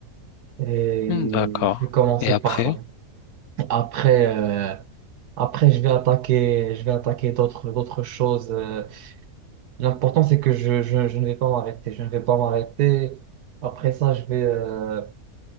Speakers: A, on the right; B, on the left.
A: Et
B: D'accord.
A: je vais commencer
B: Et après?
A: par ça. Après, euh, après je vais attaquer, je vais attaquer d'autres, d'autres choses. euh. L'important, c'est que je, je, je ne vais pas m'arrêter. Je ne vais pas m'arrêter. Après ça, je vais, euh,